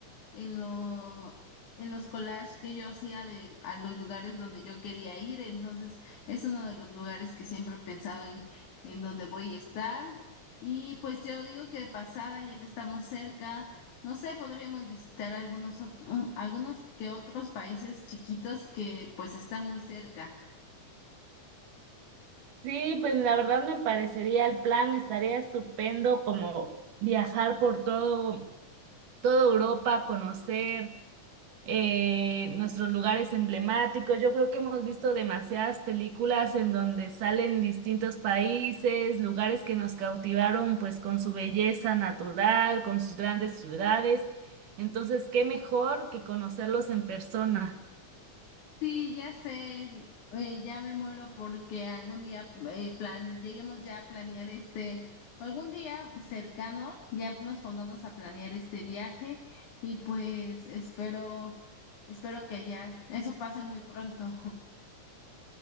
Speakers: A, on the left; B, on the right.
A: en lo- en los collages que yo hacía de, a los lugares donde yo quería ir. Entonces, es uno de los lugares que siempre he pensado en, en donde voy a estar. Y pues yo digo que de pasada, ya que estamos cerca, no sé, podríamos visitar algunos, ot- un- algunos que otros países chiquitos que pues están muy cerca.
B: Sí, pues la verdad me parecería el plan, estaría estupendo como viajar por todo, toda Europa, conocer eh, nuestros lugares emblemáticos. Yo creo que hemos visto demasiadas películas en donde salen distintos países, lugares que nos cautivaron pues con su belleza natural, con sus grandes ciudades. Entonces, ¿qué mejor que conocerlos en persona?
A: Sí, ya sé, eh, ya me muero porque algún día eh, plan, lleguemos ya a planear este, o algún día cercano, ya nos pongamos a planear este viaje y pues espero, espero que ya eso pase muy pronto. <laughs>